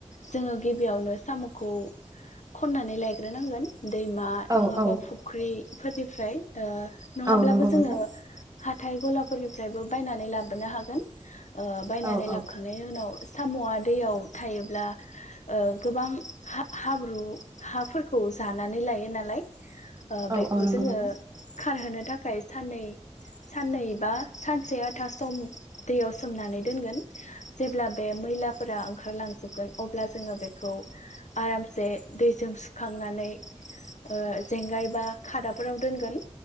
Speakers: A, on the left; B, on the right.
A: जोङो गिबियावनो साम'खौ खननानै लायग्रोनांगोन दैमा
B: औ
A: नङाबा
B: औ
A: फुख्रिफोरनि फ्राय ओ नङाब्लाबो
B: औ नंगौ नोंथां
A: जोङो हाथाय गलाफोरनिफ्रायबो बायनानै लाबोनो हागोन ओ बायनानै
B: औ औ
A: लाबखांनायनि उनाव साम'आ दैयाव थायोब्ला ओ गोबां हा हाब्रु हाफोरखौ जानानै लायो नालाय ओ
B: औ
A: बेखौ
B: औ नंगौ
A: जोङो
B: नोंथां
A: खारहोनो थाखाय साननै साननै बा सानसे आथा सम दैयाव सोमनानै दोनगोन जेब्ला बे मैलाफोरा ओंखारलांजोबगोन अब्ला जोङो बेखौ आरामसे दैजों सुखांनानै ओ जेंगाय बा खादाफोराव दोनगोन